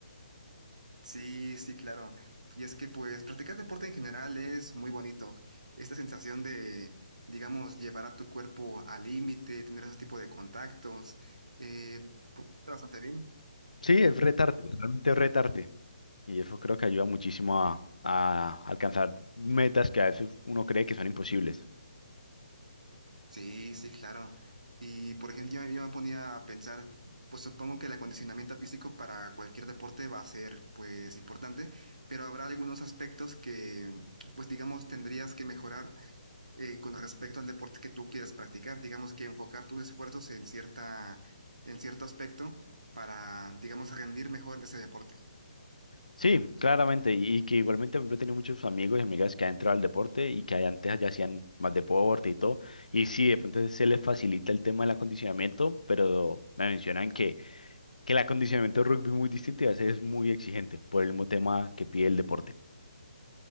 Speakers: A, on the right; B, on the left.
A: Sí, sí, claro. Y es que pues practicar deporte en general es muy bonito. Esta sensación de, digamos, llevar a tu cuerpo al límite, tener ese tipo de contactos, eh, pues se siente bastante bien.
B: Sí, es retarte, realmente es retarte. Y eso creo que ayuda muchísimo a, a alcanzar metas que a veces uno cree que son imposibles.
A: Sí, sí, claro. Y por ejemplo, yo, me yo me ponía a pensar, pues supongo que el acondicionamiento físico para cualquier deporte va a ser pues importante, pero habrá algunos aspectos que pues digamos tendrías que mejorar eh, con respecto al deporte que tú quieres practicar, digamos que enfocar tus esfuerzos en cierta, en cierto aspecto para digamos rendir mejor en ese deporte.
B: Sí, claramente, y y que igualmente, por ejemplo, he tenido muchos amigos y amigas que han entrado al deporte y que ahí antes ya hacían más deporte y todo, y sí, de pronto se les facilita el tema del acondicionamiento, pero me mencionan que, que el acondicionamiento de rugby es muy distinto y a veces es muy exigente por el mismo tema que pide el deporte.